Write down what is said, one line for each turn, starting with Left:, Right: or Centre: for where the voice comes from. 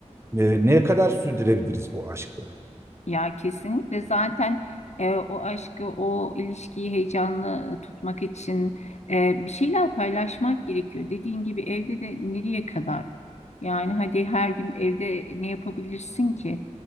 Right: e, ne kadar sürdürebiliriz bu aşkı?
Left: Ya kesinlikle zaten e, o aşkı, o ilişkiyi heyecanlı tutmak için e, bir şeyler paylaşmak gerekiyor. Dediğin gibi evde de nereye kadar? Yani hadi her gün evde ne yapabilirsin ki?